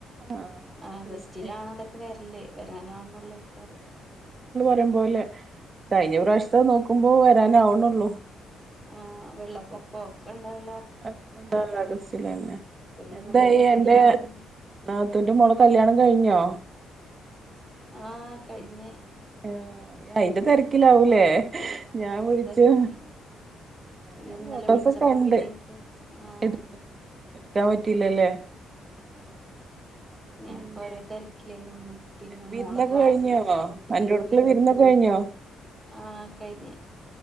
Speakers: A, on the right; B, in the centre.
A: ആഹ്
B: ആ
A: പിന്നെ
B: ബസ്റ്റിലാണ് അതൊക്കെ വര്ല്. വരാനാവ്ണൊള്ളേക്കാരം
A: ഷ്ടം പോലെ
B: ഉം
A: കഴിഞ്ഞ പ്രാവശ്യത്തെ നോക്കുമ്പോ വരാനാവ്ണൊള്ളൂ
B: ആ വെള്ളപ്പൊക്കൊ ഒക്കെ ഉണ്ടായി
A: അ ഒക്കെണ്ടാവല് ആഗസ്റ്റിലന്നെ
B: ഇക്കുറി ഇങ്ങട്ട്
A: എന്തായി
B: ഇങ്ങട്ട്
A: അന്റെ
B: നീങ്ങി വന്ന്
A: നാത്തൂന്റെ മോളെ കല്യാണം കഴിഞ്ഞോ
B: ആ കഴിഞ്ഞ്
A: ആ ഇയയിന്റെ തിരക്കിലാവൂലേ
B: പിന്നെ ആഹ്
A: ഞാൻ
B: അയിന്റെ
A: വിളച്ച്
B: തിരക്കിലേനി
A: ആഹ്
B: ഇയ്യ്
A: ഞാൻ
B: ഇന്നലെ
A: ഫോട്ടോസൊക്കെ
B: വിളിച്ചപ്പോ
A: കണ്ട്
B: പിന്നെ എനിക്ക് ആഹ്
A: ഇട് ഇട്ക്കാൻ പറ്റീല്ലല്ലേ
B: ആഹ്
A: പിന്നെ
B: ഞങ്ങക്ക് ഓരോ തിരക്കിലേനും പിന്നെ
A: വിരുന്നൊക്കെ
B: മോളെ ക്ലാസ്സും
A: കഴിഞ്ഞോ
B: സ്കൂൾക്ക്
A: അൻ്റോട്ക്ക്ല്ലെ
B: ചേർക്കലും
A: വിരുന്ന് ഒക്കെ കഴിഞ് ഞൊ
B: ആഹ് കഴിഞ്ഞ്